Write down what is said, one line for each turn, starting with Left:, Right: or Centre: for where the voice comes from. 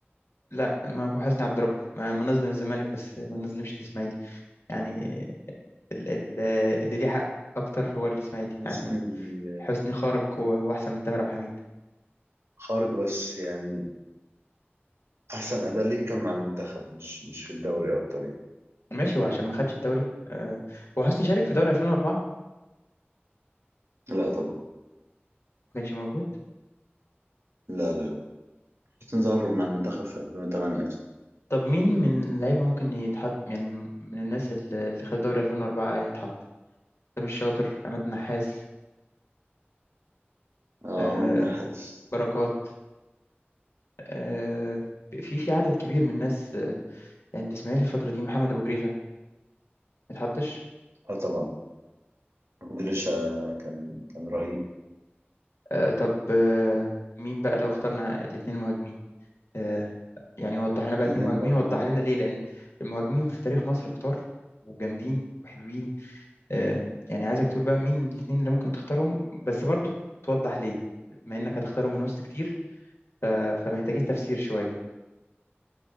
Left: لا ما هو حسني عبد ربه ما, ما نظلم الزمالك بس ما نظلمش الإسماعيلي يعني ال- ال- اللي ليه حق اكتر هو الاسماعيلي
Right: حسني
Left: يعني حسني خارق و- واحسن من تامر عبد الحميد
Right: خارج بس يعني احسن اداء ليه كان مع المنتخب مش مش في الدوري اكتر يعني
Left: ماشي هو عشان ما خدش الدوري آه، هو حسني شارك في دوري 2004 ما
Right: لا طبعا
Left: كانش موجود
Right: لا لا لا حسين ظهر مع المنتخب في 2008 أصلا
Left: طب مين من اللعيبه ممكن يتحط يعني من الناس ال- اللي خد دوري 2004 يتحط سامي الشاطر عماد النحاس
Right: اه
Left: آه،
Right: عماد النحاس
Left: بركات آه، في في عدد كبير من الناس آه، يعني الاسماعيلي الفتره دي محمد ابو جريشه ما يتحطش
Right: اه طبعا مقدرش كان كان رهيب
Left: آه، طب آه، مين بقى لو اخترنا الاثنين مهاجمين آه، يعني وضح لنا بقى اتنين
Right: الاثنين
Left: مهاجمين
Right: مهاجمين
Left: وضح لنا ليه لأن المهاجمين في تاريخ مصر كتار وجامدين وحلوين آه يعني عايزك تقول بقى مين الاتنين اللي ممكن تختارهم بس برضو توضح ليه بما إنك هتختارهم من وسط كتير ف- فمحتاجين تفسير شوية